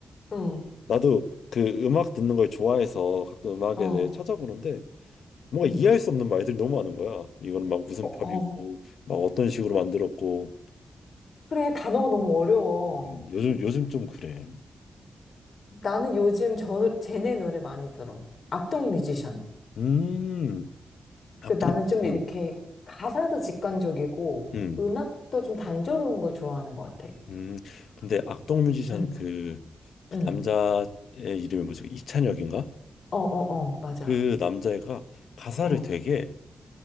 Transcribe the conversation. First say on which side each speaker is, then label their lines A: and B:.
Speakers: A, on the left (about 50°); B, on the left (about 75°).
A: 응,
B: 나도 그 음악 듣는 걸 좋아해서 가끔 음악에
A: 어,
B: 대해 찾아보는데 뭔가
A: 응.
B: 이해할 수 없는 말들이 너무 많은 거야. 이거는 막 무슨
A: 어,
B: 팝이고
A: 어.
B: 막 어떤 식으로 만들었고
A: 그래, 단어가 너무 어려워.
B: 음, 요즘 요즘 좀 그래.
A: 나는 요즘 저, 쟤네 노래 많이 들어. 악동 뮤지션.
B: 음, 악동.
A: 그 나는 좀 이렇게
B: 음.
A: 가사도 직관적이고
B: 음.
A: 음악도 좀 단조로운 걸 좋아하는 것 같아.
B: 음, 근데 악동 뮤지션
A: 응,
B: 그, 그
A: 응.
B: 남자의 이름이 뭐지? 이찬혁인가?
A: 어, 어, 어, 맞아.
B: 그 남자애가 가사를
A: 어,
B: 되게